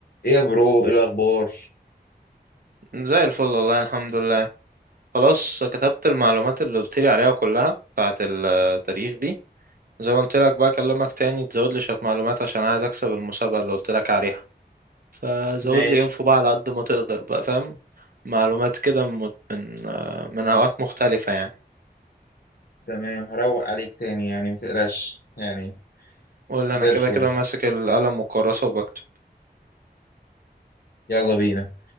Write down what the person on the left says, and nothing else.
ايه يا برو ايه الاخبار
ماشي
تمام هروق عليك تاني يعني متقلقش يعني
زي
الفل
يلا بينا